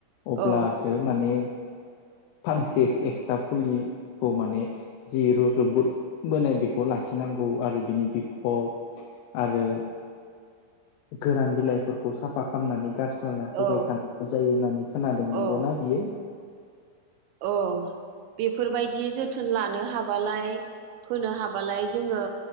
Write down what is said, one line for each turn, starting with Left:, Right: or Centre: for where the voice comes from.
Left: अब्लासो
Right: औ
Left: माने फांसे एक्स फसा फुलिखौ माने जि रज'बद बाय बेखौ लाखिनांगौ आरो बिनि बिखब आरो गोरान बिलाइफोरखौ साफा खालामनानै गारस्ल'ना होबाय
Right: औ
Left: थानांगौ जायो होननानै खोनादों नंगौना
Right: औ
Left: बियो
Right: औ बेफोरबायदि जोथोन लानो हाबालाय होनो हाबालाय जोङो